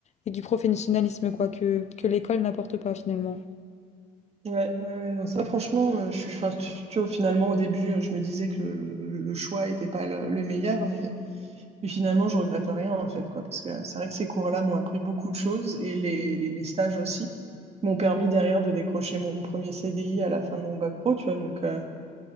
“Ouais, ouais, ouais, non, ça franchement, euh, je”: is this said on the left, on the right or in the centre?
Right